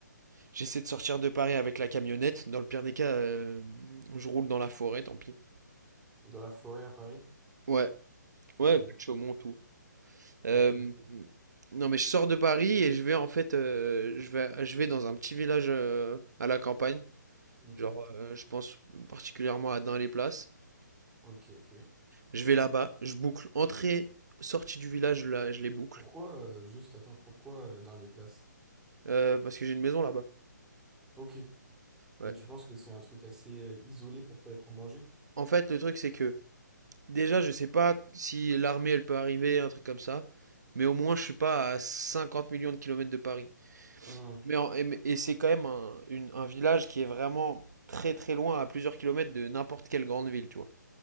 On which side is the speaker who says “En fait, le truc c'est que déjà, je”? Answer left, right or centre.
Right